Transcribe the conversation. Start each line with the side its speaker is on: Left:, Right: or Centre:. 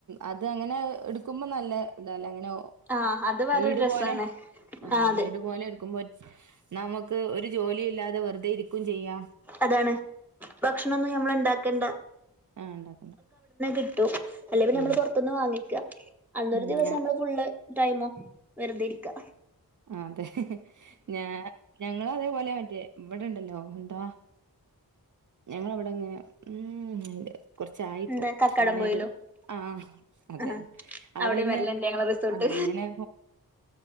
Right: അത് അങ്ങനെ എടുക്കുമ്പോ നല്ല തല്ലേ അങ്ങനെ
Centre: ആഹ് അത് വേറൊരു
Right: വീട്
Centre: രസാണ്
Right: പോലെ ആ
Centre: ആഹ് അതെ
Right: വീട് പോലെ എടുക്കുമ്പോ നമുക്ക് ഒരു ജോലില്ലാതെ വെറുതെ ഇരിക്കും ചെയ്യാം
Centre: അതാണ് ഭക്ഷണൊന്നും ഞമ്മള് ഇണ്ടാക്കണ്ട
Right: ആഹ ഉണ്ടാക്കണ്ട
Centre: കിട്ടോ അല്ലെ
Right: ഉം
Centre: നമ്മൾ പുറത്തൊന്ന് വാങ്ങിക്ക അന്നൊരു
Right: ഉം
Centre: ദിവസം
Right: ഞാ
Centre: നമ്മള് ഫുള്ള് ടൈമോ വെറുതെരിക്ക
Right: ആ അതെ ഞ ഞങ്ങള അതേപോലെ മറ്റേ എവിടെണ്ടല്ലോ എന്താ ഞങ്ങളവിടെങ്ങനെ ഉല് കുറച്ചായിപ്പോ
Centre: എന്താ കക്കാടം
Right: അങ്ങനെരു
Centre: പോയിലോ
Right: ആഹ അതെ
Centre: ആ
Right: അവിടെ
Centre: അവിടെയും
Right: തന്നെ
Centre: വരലുണ്ട് ഞങ്ങളെ റിസോർട്ട്
Right: ആഹ അങ്ങനെ